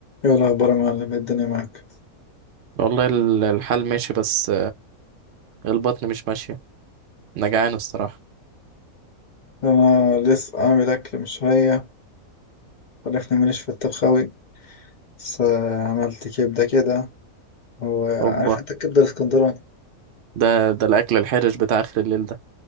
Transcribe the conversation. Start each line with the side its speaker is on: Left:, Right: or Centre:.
Left: ايه الاخبار يا معلم إيه الدنيا معاك
Right: والله ال- الحال ماشي بس البطن مش ماشية أنا جعان الصراحة
Left: انا لسه عامل اكل من شويه عرفني ماليش في الطبخ اوي بس آه، عملت كبده كده هو
Right: هوبا
Left: عارف انت الكبده الاسكندراني
Right: ده ده الأكل الحرج بتاع آخر الليل ده